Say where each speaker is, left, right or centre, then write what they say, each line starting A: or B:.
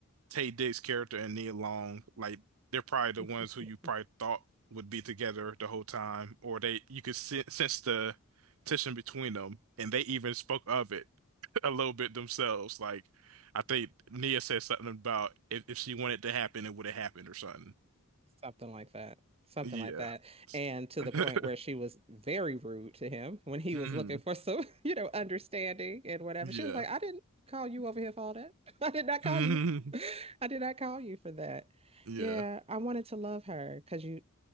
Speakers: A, on the right; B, on the right.
A: Tay Dick's character and Nia Long, like they're probably the
B: <laughs>
A: ones who you probably thought would be together the whole time, or they you could sen- sense the tension between them, and they even spoke of it <laughs> a little bit themselves. Like I think Nia said something about if, if she wanted to happen, it would have happened or something.
B: something like that something
A: Yeah.
B: like that and to
A: <laughs>
B: the point where she was very rude to him when he
A: Mhm.
B: was looking for some <laughs> you know understanding and whatever
A: Yeah.
B: she was like i didn't call you over here for all that <laughs> i did not call
A: Mhm.
B: you <laughs> i did not call you for that
A: Yeah.
B: yeah i wanted to love her because you